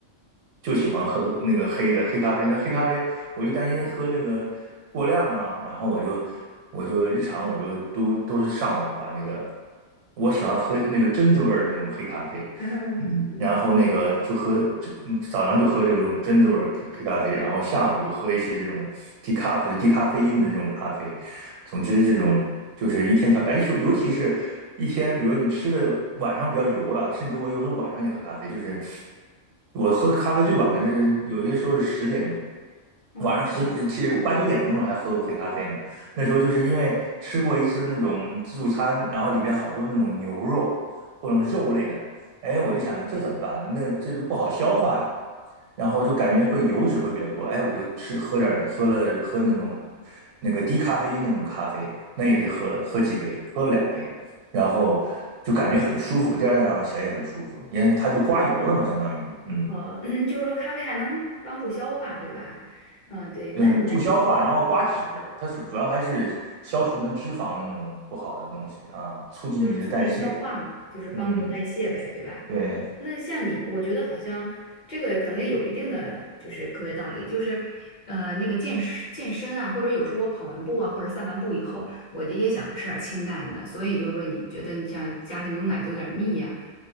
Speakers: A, on the right (about 80°); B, on the left (about 45°).
A: 就喜欢喝那个黑的黑咖啡。那黑咖啡我就担心喝那个过量啊，然后我就我就日常我就都都是上午把那个我喜欢喝那个榛子味儿的那种黑咖啡，
B: <laughs>
A: 嗯，
B: 嗯，
A: 然后那个就喝这嗯早上就喝这种榛子味儿黑黑咖啡，然后下午就喝一些这种低咖啡低咖啡因的这种咖啡。总之，这种就是一天调，哎，尤尤其是一天，比如你吃的晚上比较油了，甚至我有时候晚上也喝咖啡，就是我喝咖啡最晚的是有些时候是十点钟，
B: 哦，
A: 晚上十嗯其实八九点钟还喝过黑咖啡呢。
B: 那么晚。
A: 那时候就是因为吃过一次那种自助餐，然后里边好多那种牛肉或者肉类的，哎，我就想着这怎么办呢？那这都不好消化呀。然后就感觉会油脂会比较多，哎，我就吃喝点儿喝了喝那种那个低咖啡因的那种咖啡，那也是喝了喝几杯，喝了两杯，然后就感觉很舒服，第二天早上起来也很舒服，因为它就刮油了嘛，相当于，嗯
B: 哦，<clears throat> 就是说咖啡还能帮助消化，对吧？嗯，对，那你那你这个。
A: 嗯，助消化，然后刮脂，它主主要还是消除那脂肪的那种不好的东西啊，促进你的代谢，
B: 就是促进消化嘛，就是帮助代谢呗，
A: 嗯，
B: 对吧？
A: 对，
B: 那像你，我觉得好像这个可能有一定的就是科学道理，就是呃那个健身健身啊，或者有时候我跑完步啊，或者散完步以后，我就也想吃点儿清淡的，所以就是说你觉得你像加了牛奶就有点腻呀、